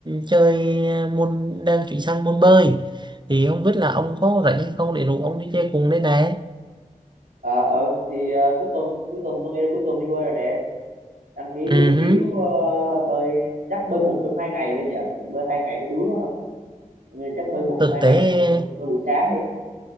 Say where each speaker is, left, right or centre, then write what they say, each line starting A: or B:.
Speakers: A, on the right (about 30°); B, on the right (about 75°).
A: chơi môn đang chuyển sang môn bơi thì không biết là ông có rảnh hay không để rủ ông đi chơi cùng đây này
B: ờ ờ, thì ờ, cuối tuần cuối tuần tôi nghĩ là cuối tuần đi bơi là đẹp đăng ký
A: ừ.
B: cái
A: hứ.
B: phiếu ờ, bơi chắc bơi một trong hai ngày thôi nhỉ Tại vì bơi hai ngày có đuối quá không Tôi nghĩ là chắc bơi một trong
A: thực
B: hai
A: tế
B: ngày cuối tuần bơi buổi sáng đi